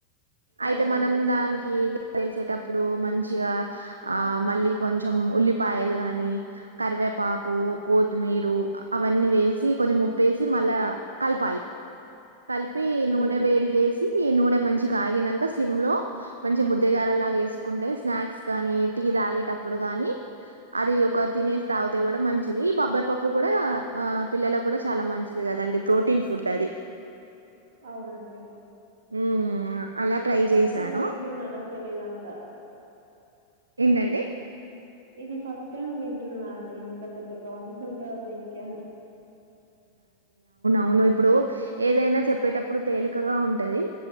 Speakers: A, on the right; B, on the right.
A: అయితే
B: అవును
A: మనం దానికి వేసేటప్పుడు మంచిగా ఆ మళ్ళీ కొంచెం ఉల్లిపాయలు గానీ కరివే వేపాకు కొత్తిమీరు అవన్నీ వేసి కొంచెం ఉప్పేసి మళ్ళా కలపాలి కలిపి
B: హ్మ్
A: నూనె వేడి చేసి నూనె మంచి కాగినంక స్లిమ్ లో మంచి ముద్దగార లా వేసుకుంటే స్నాక్స్ కానీ టీ తాగేటప్పుడు అప్పుడు కాని అది ఒక తినేసి తాగితే కూడా మంచిది బబ్బర్ పప్పు కూడా ఆ పిల్లల లకు కూడా చాలా మంచిది కదండి ప్రోటీన్ ఫుడ్ అది
B: అవునండి
A: మ్మ్ అలా ట్రై
B: ఫస్ట్
A: చేశాను
B: టైమ్ వింటున్నా అసలు ఇదంతా
A: ఏందండి
B: ఇది ఫస్ట్ టైమ్ వింటున్నా అండి ఇంత పెద్ద ప్రాసెస్ ఉంటుంద దీనికి అని
A: అవును ఇప్పుడు ఏదైనా చెప్పేటప్పుడు తేలికగా ఉంటది